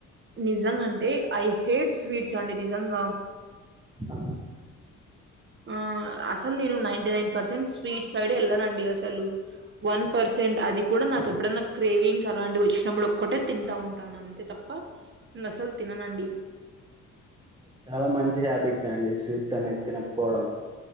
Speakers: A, on the right; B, on the right.
A: నిజంగా అంటే ఐ హేట్ స్వీట్స్ అండి నిజంగా.
B: ఆ
A: ఆ అసలు నేను నైన్టినైన్ పర్సెంట్ స్వీట్ సైడ్ వెళ్ళనండి అసలు. వన్ పర్సెంట్ అది కూడా నాకు ఎప్పుడన్నా క్రేవింగ్. అలాంటి వచ్చినప్పుడు ఒక్కటే తింటా ఉంటాను. అంతే తప్ప నేను అసలు తిననండి.
B: చాలా మంచి హ్యాబిట్ అండి స్వీట్స్ అనేది తినకపోవడం.